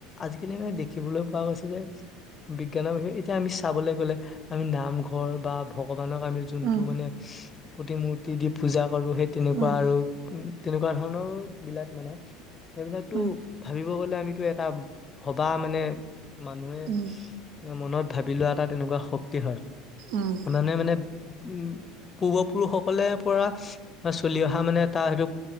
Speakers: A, on the left; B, on the right.
A: আজিকালি মানে দেখিবলৈ পোৱা গৈছে যে। বিজ্ঞানৰ বিষয়ে এতিয়া আমি চাবলৈ গ'লে আমি নামঘৰ বা ভগ <unintelligible> আমি যোনটো
B: উম
A: মানে প্ৰতিমূৰ্তি দি পূজা কৰো সেই তেনেকুৱা
B: উম
A: আৰু তেনেকুৱা ধৰণৰ বিলাক মানে সেইবিলাকতো
B: উম
A: ভাবিব গ'লে আমি এটাটো এটা ভবা মানে মানুহে
B: উম
A: মনত ভাবি লোৱা এটা তেনেকুৱা শ তে হয়
B: উম
A: <unintelligible> মানে উম পূৰ্বপুৰুষসকলে পৰা চলি অহা মানে এাৰ সেইটো